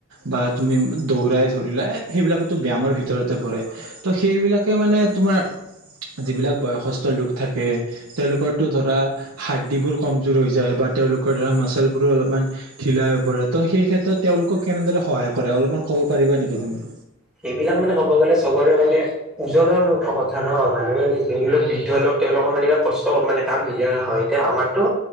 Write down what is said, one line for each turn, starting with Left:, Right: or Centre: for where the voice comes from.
Right: বা তুমি দৌৰাই ধৰিলা সেইবিলাকোতো ব্যায়ামৰ ভিতৰতে পৰে তো সেইবিলাকে মানে তোমাৰ যিবিলাক বয়সস্থ লোক থাকে তেওঁলোকৰতো ধৰা হাৰ্দিবোৰ কমজোৰ হৈ যায় বা তেওঁলোকৰ ধৰা মাচলবোৰো অলপমান ঢিলা হৈ পৰে ত সেই ক্ষেত্ৰত তেওঁলোকক কেনেদৰে সহায় কৰে অলপমান কব পাৰিবা নেকি তুমি?
Centre: সেইবিলাক মানে ক'ব গ'লে চবৰে মানে ওজনৰ কথা ন মানুহে যোনবিলাক বৃদ্ধ লোক তেওঁলোকৰ মানে কষ্ট মানে কাম দিয়া নহয় এতিয়া আমাৰতো